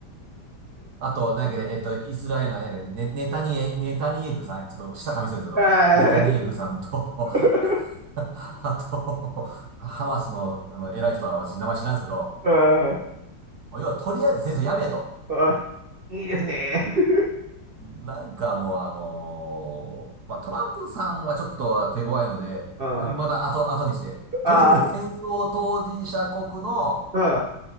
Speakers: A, on the right (about 55°); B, on the right (about 85°).
A: あと、なんだっけ、えっと、イスラエルのあれだっけ、ネ、ネタニエ、ネタニエフさん、ちょっと下噛みそうですけど、
B: らしいあー
A: ネタニエフさんと <laughs>
B: <laughs>
A: あと、ハマスの、あの偉い人は私、名前知らんですけど、
B: あ
A: もう要はとりあえず戦争やめと。
B: ーあーいいですね。<laughs>
A: なんかもうあのーまあ、トランプさんはちょっと手強いので、
B: あー
A: まだ後、後にして、
B: あー、
A: とりあえず戦争当事者国の、
B: あー